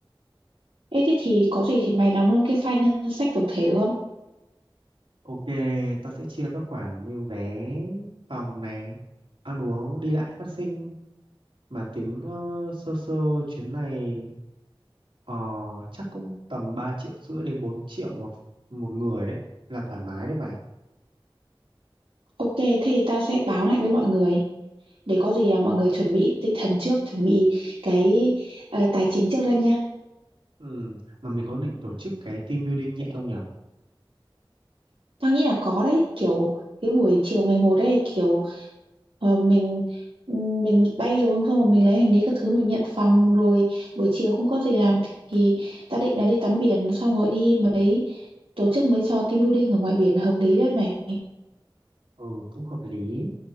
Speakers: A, on the right; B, on the right.
A: Ê thế thì có gì thì mày làm luôn cái file ngân sách tổng thể được không?
B: ok tao sẽ chia các khoản như vé phòng này ăn uống đi lại phát sinh mà tính ờ, sơ sơ chuyến này ờ, chắc cũng tầm 3 triệu rưỡi đến 4 triệu một một người đấy là thoải mái đấy mày
A: Ok, thế thì tao sẽ báo lại với mọi người để có gì là mọi người chuẩn bị tinh thần trước, chuẩn bị cái ờ, tài chính trước ra nha.
B: ừ. mà mình có định tổ chức cái team building nhẹ không nhở
A: Tao nghĩ là có đấy, kiểu cái buổi chiều ngày một ấy kiểu ờ, mình mình bay xuống xong rồi mình lấy hành lý các thứ mình nhận phòng rồi buổi chiều không có gì làm thì, thì tao định là đi tắm biển xong rồi đi mấy tổ chức mấy trò team building ở ngoài biển là hợp lý đấy mày.
B: ừ cũng hợp lý